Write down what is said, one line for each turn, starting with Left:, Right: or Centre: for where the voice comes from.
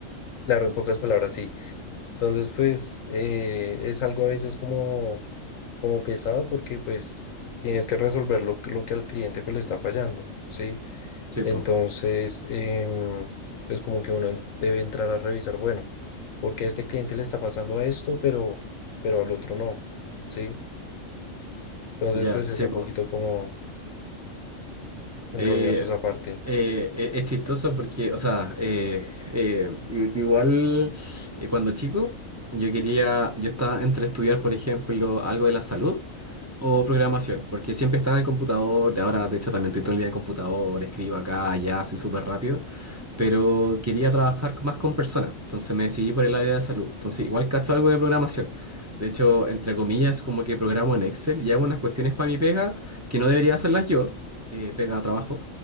Left: claro, en pocas palabras sí. Entonces pues eh, es algo a veces como, como pesado porque pues tienes que resolver lo, que- lo que al cliente pues le está fallando. Sí.
Right: Sí,
Left: Entonces,
Right: pues.
Left: em, pues como que uno en- debe entrar a revisar, bueno, porque a este cliente le está pasando a esto, pero, pero al otro no, ¿sí? Entonces,
Right: Ya,
Left: pues
Right: sí,
Left: es un
Right: pues.
Left: poquito como
Right: Eh,
Left: enroñoso esa parte.
Right: eh, e- es chistoso porque, o sea, eh, eh, i- igual eh, cuando chico, yo quería, yo estaba entre estudiar, por ejemplo, algo de la salud o programación, porque siempre estaba en computador, ahora de hecho también estoy todo el día en computador, escribo acá, allá, soy súper rápido. pero quería trabajar más con personas, entonces me decidí por el área de salud. Entonces igual cacho algo de programación. De hecho, entre comillas, como que programo en Excel y hago unas cuestiones para mi pega, que no debería hacerlas yo, eh, pega a trabajo,